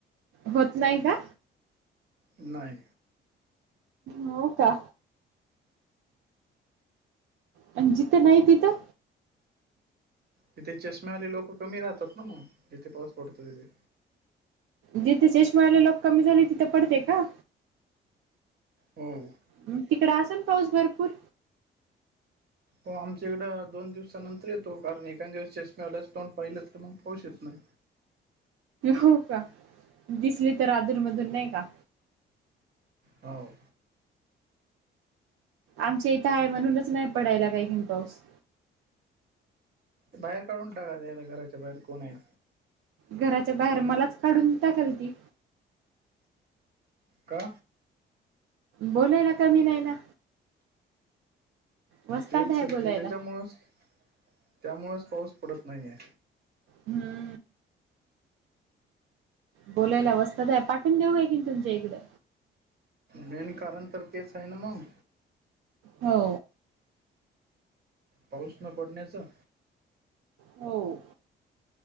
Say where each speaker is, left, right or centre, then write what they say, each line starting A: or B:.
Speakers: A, on the right (about 85°); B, on the right (about 50°).
A: होत नाही का
B: नाही
A: हो का पण जिथं नाही पिथं
B: तिथे चष्मे आले लोकं कमी राहतात ना मग जिथे पाऊस पडतो तिथे
A: जिथे शेष म्हरायला लोक कमी झाले तिथे पडते का
B: हम्म
A: मग तिकडे अस ना पाऊस भरपूर
B: हो आमच्या इकडं दोन दिवसानंतर येतो कारण एखकाद दिवस चष्े आल्यास दोन पाहिले तर मग पाहच येत नाही
A: हो का दिसली तर अदरमधून नाही का
B: हो
A: आमच्या इथं आहे म्हणूनच नाही पडायला काही घिन पाऊस
B: बाहेर काढून टाका याला घराच्या बाहेर कोण आहेत
A: घराच्या बाहेर मलाच काढून टाकाल ती
B: का
A: बोलायला कमी नाही ना वस्ताद
B: पेत
A: आहे
B: सक्ती
A: बोलायला
B: त्याच्यामुळेच त्यामुळेच पाऊस पडत नाहीये
A: हम्म बोलायला वस्त द आहे पाठवून देऊ का की तुमच्या इकडे
B: मेन कारण तर तेच आहे ना मग
A: हो
B: पाऊस न पडण्याचं
A: हो